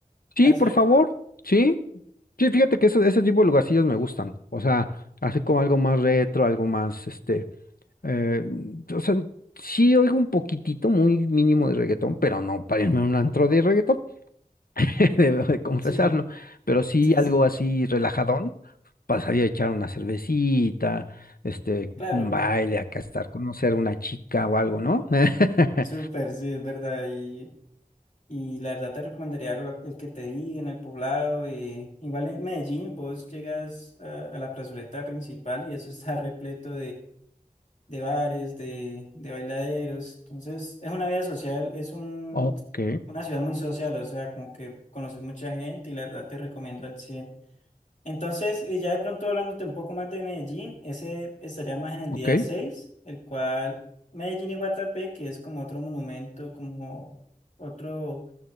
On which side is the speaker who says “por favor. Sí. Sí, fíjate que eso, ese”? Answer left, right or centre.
Left